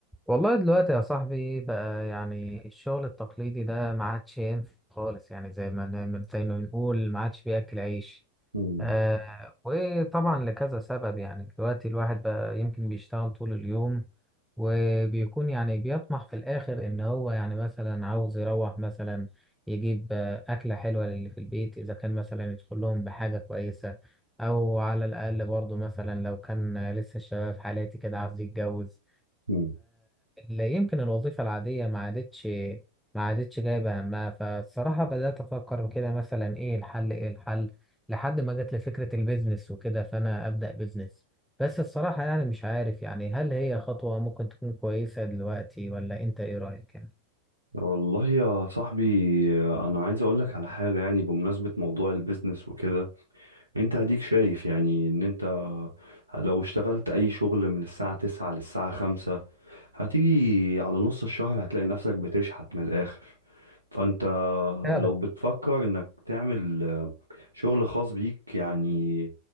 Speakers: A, in the centre; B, on the right.
A: والله دلوقتي يا صاحبي بقى يعني الشغل التقليدي ده ما عادش ينفع خالص يعني زي ما نعمل زي ما بنقول ما عادش بياكل عيش
B: مم.
A: آه وطبعا لكذا سبب يعني دلوقتي الواحد بقى يمكن بيشتغل طول اليوم وبيكون يعني بيطمح في الآخر إن هو يعني مثلا عاوز يروح مثلا يجيب آه، أكلة حلوة للي في البيت إذا كان مثلا يدخل لهم بحاجة كويسة أو على الأقل برضه مثلا لو كان آه، لسه الشباب في حالاتي كده عاوز يتجوز
B: مم.
A: فيمكن الوظيفة العادية ما عادتش ما عادتش جايبة همها فالصراحة بدأت أفكر كده مثلا إيه الحل إيه الحل لحد ما جت لي فكرة البيزنس وكده فأنا أبدأ بيزنس بس الصراحة يعني مش عارف يعني هل هي خطوة ممكن تكون كويسة دلوقتي ولا أنت إيه رأيك
B: والله يا صاحبي انا عايز اقول لك على حاجه يعني بمناسبه موضوع البيزنس وكده انت هديك شايف يعني ان انت لو اشتغلت اي شغل من الساعه 9 للساعه 5 هتيجي على نص الشهر هتلاقي نفسك بتشحت من الاخر فانت
A: يعني؟
B: لو بتفكر انك تعمل شغل خاص بيك يعني